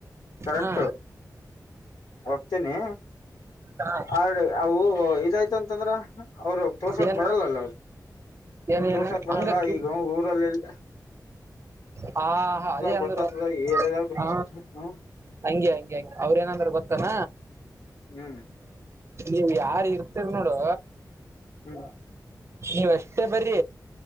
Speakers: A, on the left (about 80°); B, on the right (about 40°).
A: ಕರೆಕ್ಟ
B: ಹಾ
A: ಹೋಗ್ತೇನೆ
B: ಹಾ
A: ಆ್ರ ಅವು ಇದಾಯ್ತ ಅಂತಂದ್ರ ಅವರು ತೋರ್ಸೋಕ್
B: ಏನ
A: ಬರಲ್ಲಲ್ಲ ಅವ್ರು
B: ಏನ
A: ತೋರ್ಸಕ್
B: ಏನ
A: ಬರಲ್ಲ
B: ಹಂಗ ಕ್ಯೂ
A: ಈಗ ಊರಲ್ಲೆಲ್ಲ
B: ಹಾ ಅದೇ ಅಂದರು
A: ಗೊತ್ತಾಗ್ತದ ಏರಿಯಾದಾಗ
B: ಹ
A: ಹ್ಮ
B: ಹಂಗಗೆ ಹಂಗಗೆ ಹಂಗಿ ಅವ್ರ ಏನಂದ್ರೆ ಗೊತ್ತಾನ
A: ಹ್ಮ್
B: ನೀವ್ ಯಾರ್ ಇರ್ತೀರಿ ನೋಡು
A: ಹ್ಮ
B: ನೀವಷ್ಟೇ ಬರ